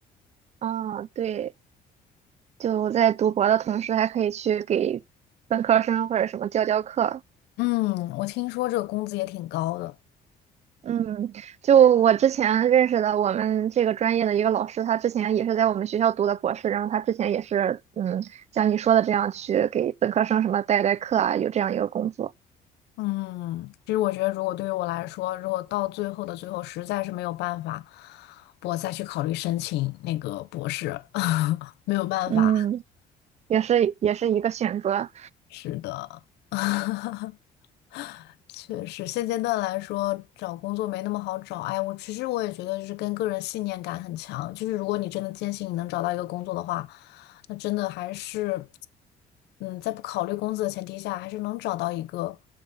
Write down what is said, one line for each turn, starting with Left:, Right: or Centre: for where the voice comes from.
Right: 啊，对。就在读博的同时，还可以去给本科生或者什么教教课。
Left: 嗯，我听说这个工资也挺高的。
Right: 嗯，就我之前认识的我们这个专业的一个老师，他之前也是在我们学校读的博士，然后他之前也是嗯，像你说的这样去给本科生什么代代课啊，有这样一个工作，
Left: 嗯，其实我觉得，如果对于我来说，如果到最后的最后实在是没有办法，我再去考虑申请那个博士，<laughs> 没有办法。
Right: 嗯，也是也是一个选择。
Left: 是的。<laughs> 确实，现阶段来说，找工作没那么好找。哎，我其实我也觉得，就是跟个人信念感很强。就是如果你真的坚信你能找到一个工作的话，那真的还是，嗯，在不考虑工资的前提下，还是能找到一个